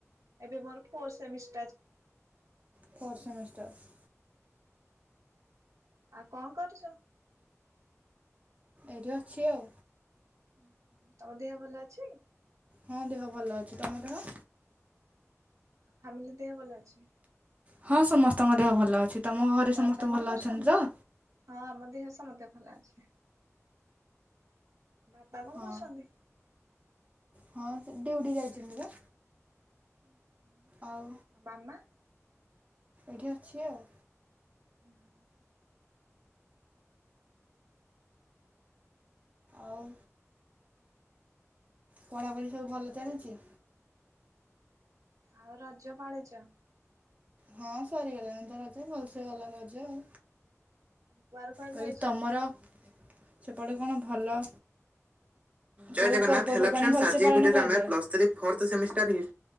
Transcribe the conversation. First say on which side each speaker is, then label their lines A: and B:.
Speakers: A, on the right; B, on the right.
A: ଏବେ ମୋର ବୋର୍ ସେମିସ୍
B: ଫୋର୍ ସେମିଷ୍ଟର।
A: ଆଉ କଁ କରୁଚ?
B: ଏଇଠି ଅଛି ଆଉ।
A: ହୁଁ ହୁଁ। ତମ ଦେହ ଭଲ ଅଛି?
B: ହଁ ଦେହ ଭଲ ଅଛି, ତମ ଦେହ?
A: ଫ୍ୟାମିଲି ଦେହ ଭଲ ଅଛି।
B: ହଁ ସମସ୍ତଙ୍କ ଦେହ ଭଲ ଅଛି, ତମ ଘରେ
A: ଆଉ ବାବା
B: ସମସ୍ତେ
A: କଣ
B: ଭଲ
A: କରୁଛନ୍ତି?
B: ଅଛନ୍ତି ତ?
A: ହଁ ଆମ ଦେହ ସମତେ ଭଲ ଅଛି। ବାବା କଣ
B: ହଁ
A: କରୁଛନ୍ତି?
B: ହଁ ଡିଉଟି ଯାଇଛନ୍ତି ବା।
A: ହୁଁ ହୁଁ।
B: ଆଉ।
A: ବାମା।
B: ଏଇଠି ଅଛି ଆଉ।
A: <inaudible>
B: ଆଉ ପଢାପଢି ସବୁ ଭଲ ଚାଲିଚି?
A: ଆଉ ରଜ ପାଳୁଚ?
B: ହଁ ସରିଗଲାଣିି ତ ରଜ ଭଲସେ ଗଲା ରଜ ଆଉ।
A: କୁଆଡେ କୁଆଡେ
B: କହିଲି
A: ଯାଇଛ?
B: ତମର ସେପଟେ କଣ ଭଲ କୋଉ ପର୍ଵ ପର୍ବାଣୀ ଭଲସେ ପାଳନ କରାଯାଏ?